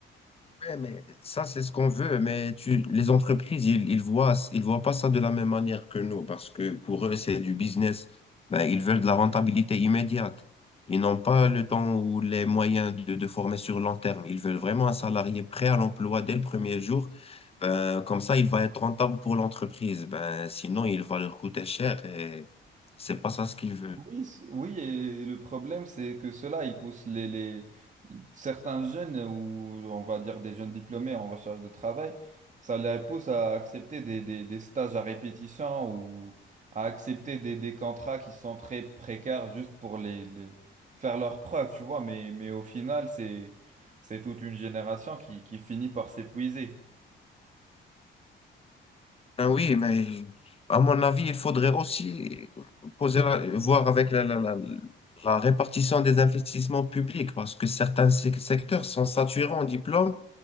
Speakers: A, on the left; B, on the right.
A: Ouais, mais ça, c'est ce qu'on veut, mais tu, les entreprises, ils, ils voient, ils voient pas ça de la même manière que nous, parce que pour eux, c'est du business. Ben, ils veulent de la rentabilité immédiate. Ils n'ont pas le temps ou les moyens de, de former sur long terme. Ils veulent vraiment un salarié prêt à l'emploi dès le premier jour. Ben, comme ça, il va être rentable pour l'entreprise. Ben, sinon, il va leur coûter cher et c'est pas ça ce qu'ils veulent.
B: Oui, c- oui, et le problème, c'est que cela, il pousse les, les- certains jeunes, ou on va dire des jeunes diplômés en recherche de travail, ça les pousse à accepter des, des- des stages à répétition ou à accepter des, des contrats qui sont très précaires juste pour les, les- faire leurs preuves, tu vois. Mais, mais au final, c'est, c'est toute une génération qui, qui finit par s'épuiser.
A: Ah oui, mais à mon avis, il faudrait aussi poser la- voir avec la, la, la- la répartition des investissements publics, parce que certains sec- secteurs sont saturés en diplômes,